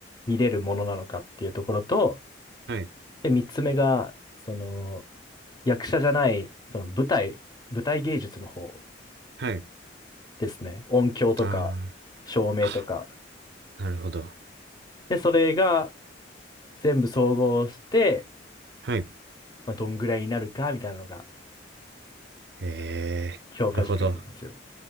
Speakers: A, on the left; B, on the right.
A: 見れるものなのかっていうところと、
B: はい。
A: で、三つ目が、その、役者じゃない、その舞台、舞台芸術の方
B: はい。
A: ですね。音響とか、
B: あ
A: 照明とか。
B: あ。あ、なるほど。
A: で、それが全部総合して、
B: はい。
A: まあ、どんぐらいになるか、みたいなのが
B: ええ、
A: 評価軸になりますよ。
B: なるほど。